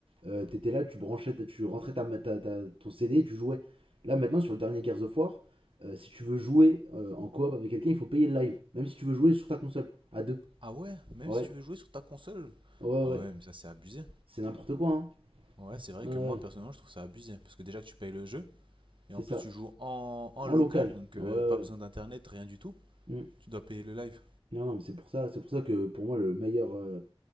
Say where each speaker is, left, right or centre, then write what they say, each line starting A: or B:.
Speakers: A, on the right; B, on the right.
A: Euh, t'étais là, tu branchais, ta- tu rentrais ta, ma- ta- ta- ton CD et tu jouais. Là, maintenant, sur le dernier Gears of War, euh, si tu veux jouer euh, en coop avec quelqu'un, il faut payer le live. Même si tu veux jouer sur ta console, à deux.
B: Ah ouais, même
A: Ouais,
B: si tu veux jouer sur ta console
A: ouais,
B: Ah
A: ouais.
B: ouais, mais ça c'est abusé.
A: C'est n'importe quoi, hein.
B: Ouais, c'est vrai
A: Ouais.
B: que
A: ouais.
B: moi personnellement je trouve ça abusé parce que déjà que tu payes le jeu
A: C'est
B: et en plus
A: ça.
B: tu joues en, en
A: En
B: local
A: local.
B: donc
A: Ouais,
B: euh,
A: ouais.
B: pas
A: ouais.
B: besoin d'internet, rien du tout.
A: Mm.
B: Tu dois payer le live.
A: Non, non, mais c'est pour ça, c'est pour ça que pour moi le meilleur, euh,